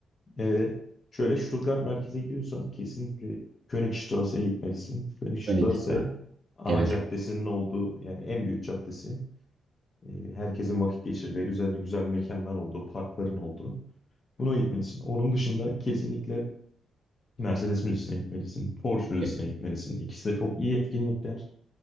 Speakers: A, on the left; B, on the right.
A: E, şöyle Stuttgart merkeze gidiyorsan kesinlikle Königstrasse'ye gitmelisin. Königstrasse
B: Phoenix'ta.
A: ana
B: Evet.
A: caddesinin olduğu yani en büyük caddesi. E, herkesin vakit geçirdiği, üzerinde güzel mekanlar olduğu, parkların olduğu. Buna gitmelisin. Onun dışında kesinlikle Mercedes Müzesi'ne gitmelisin, Porsche Müzesi'ne
B: Evet.
A: gitmelisin. İkisi de çok iyi etkinlikler.